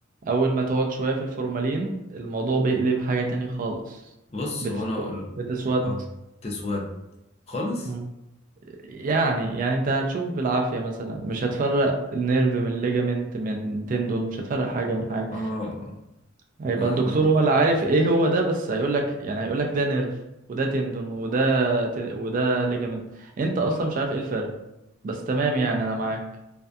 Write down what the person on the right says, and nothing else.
اول ما تقعد شوية في الفورمالين الموضوع بيقلب حاجة تاني خالص
بتسود
بتسود
مم. يعني يعني انت هتشوف بالعافية مثلا مش هتفرق النيرف من ليجامنت من تندون مش هتفرق حاجة من حاجة
هيبقى
الدكتور
هو اللي عارف ايه هو ده بس هيقولك يعني هيقولك ده نيرف وده تندون وده ت... وده ليجامنت انت اصلا مش عارف ايه الفرق بس تمام يعني انا معاك